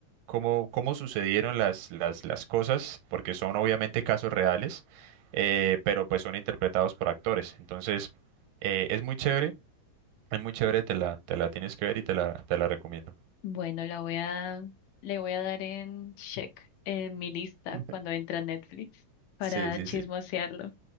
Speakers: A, on the right; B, on the left.
A: cómo, cómo sucedieron las, las, las cosas, porque son obviamente casos reales, eh, pero pues son interpretados por actores. Entonces, eh, es muy chévere es muy chévere, te la, te la tienes que ver y te la, te la recomiendo.
B: bueno, la voy a, le voy a dar en check en mi lista
A: <laughs>
B: cuando entra Netflix para
A: Sí, sí,
B: chismosearlo,
A: sí.